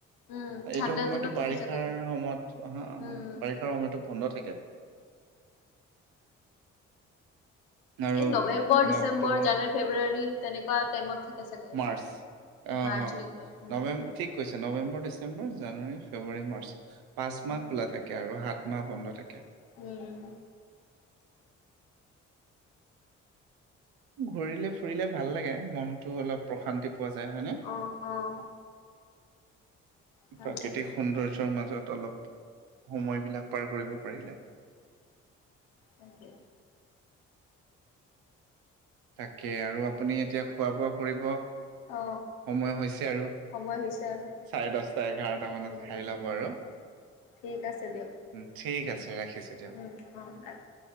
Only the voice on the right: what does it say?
এইটো
সময়তটো
বাৰিষাৰ
সময়ত বাৰিষাৰ
সময়তো বন্ধ থাকে। আৰু
আপোনাৰ
অক্টোবৰ
মাৰ্চ অ
অ
নবেম ঠিক কৈছে নৱেম্বৰ, ডিচেম্বৰ, জানুৱাৰী, ফেব্ৰুৱাৰী, মাৰ্চ পাঁচ
মাহ খোলা থাকে আৰু হাত- মা বন্ধ থাকে
ঘুৰিলে ফুৰিলে ভাল লাগে মনটো অলপ প্ৰশান্তি পোৱা যায় হয়নে?
প্ৰাকৃতিক
সৌন্দৰ্যৰ মাজত অলপ সময় বিলাক পাৰ কৰিব পাৰিলে।
তাকে আৰু আপুনি এতিয়া খোৱা বোৱা কৰিব
সময় হৈছে আৰু
চাৰে দশটা এঘাৰটা মানত
খাই লব আৰু
উম ঠিক আছে ৰাখিছোঁ।